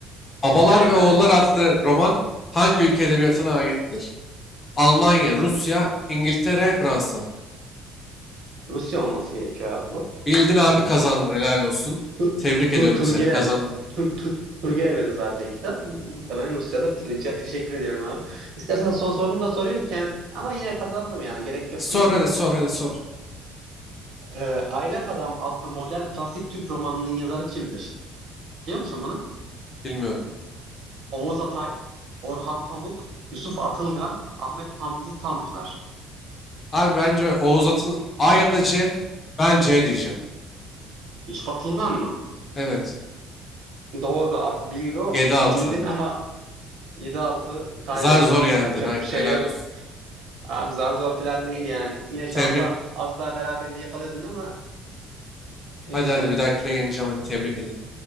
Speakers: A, on the left; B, on the right.
A: Babalar
B: <laughs>
A: ve Oğullar adlı roman hangi ülke edebiyatına aittir? Almanya, Rusya, İngiltere, Fransa.
B: Rusya olması gerekiyor abi bu.
A: Bildin abi kazandın helal olsun.
B: Tur,
A: Tebrik ediyorum
B: tur, Turgene,
A: seni kazandın.
B: tur, tur, Turgenev'in zaten kitap. Muhtemelen Rusya'da. Rica, teşekkür ediyorum abi. İstersen son sorunu da sorayım. Kend- ama yine kazandım yani. Gerek yok
A: Sor
B: buna değil
A: hadi
B: mi?
A: sor hadi sor.
B: Ee, Aylak Adam adlı modern klasik Türk romanının yazarı kimdir? Biliyor musun bunu?
A: Bilmiyorum.
B: Oğuz Atay, Orhan Pamuk, Yusuf Atılgan, Ahmet Hamdi Tanpınar.
A: Abi bence Oğuz Atıl A ya da C. Ben C diyeceğim.
B: Yusuf Atılgan mı?
A: Evet.
B: Doğru abi bingo
A: 7-6.
B: bildin ama yedi altı kaybettin.
A: Zar zor yendin
B: Yapacak
A: aynen
B: bir şey
A: helal
B: yok.
A: olsun.
B: Abi zar zor falan değil yani. Yine şansa
A: Tebrik.
B: az daha beraberliği yakalıyordun ama neyse.
A: Hadi hadi bir dahakine geleceğim hadi tebrik ederim.